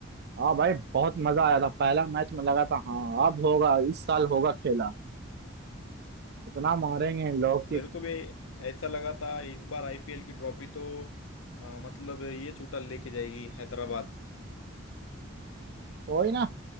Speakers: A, on the right; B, on the left.
A: हाँ भाई बहुत मजा आया था पहला मैच में लगा था हाँ अब होगा इस साल होगा खेला इतना मारेंगे इन लोग कि
B: मेरे को भी ऐसा लगा था इस बार आईपीएल की ट्रॉफी तो अ, मतलब ये चूटा लेके जाएगी हैदराबाद
A: कोई ना